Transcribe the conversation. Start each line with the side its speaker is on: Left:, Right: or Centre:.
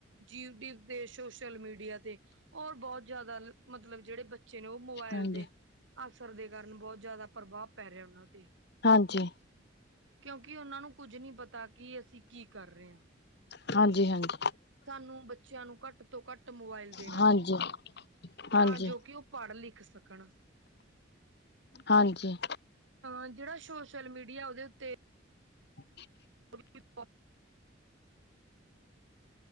Right: ਯੁਟਿਊਬ ਤੇ ਸੋਸ਼ਲ ਮੀਡੀਆ ਤੇ ਹੋਰ ਬਹੁਤ ਜਿਆਦਾ ਮਤਲਬ ਜਿਹੜੇ। ਬਚੇ ਨੇ ਉਹ ਮੋਬਾਇਲ
Left: ਹਾਂਜੀ
Right: ਦੇ। ਅਸਰ ਦੇ ਕਾਰਨ ਬਹੁਤ ਜ਼ਿਆਦਾ ਪ੍ਰਭਾਵ ਪੈ ਰਿਹਾ ਉਹਨਾਂ ਤੇ।
Left: ਹਾਂਜੀ
Right: ਕਿਉਂਕਿ ਉਨ੍ਹਾਂ ਨੂੰ ਕੁਝ ਨਹੀਂ ਪਤਾ ਕਿ ਅਸੀਂ ਕੀ ਕਰ ਰਹੇ ਹਾਂ।
Left: ਹਾਂਜੀ ਹਾਂਜੀ
Right: ਤੁਆਨੂੰ ਬੱਚਿਆਂ ਨੂੰ ਘੱਟ ਤੋਂ ਘੱਟ ਮੋਬਾਈਲ ਦੇਣਾ
Left: ਹਾਂਜੀ,
Right: ਚਾਹੀਦਾ ਹੈ।
Left: ਹਾਂਜੀ,
Right: ਤਾਂ ਜੋ ਕਿ ਉਹ ਪੜ੍ਹ ਲਿਖ ਸਕਣ।
Left: ਹਾਂਜੀ।
Right: ਅ ਜਿਹੜਾ ਸੋਸ਼ਲ ਮੀਡਿਆ ਉਹਦੇ ਉੱਤੇ।
Left: <inaudible>
Right: <inaudible>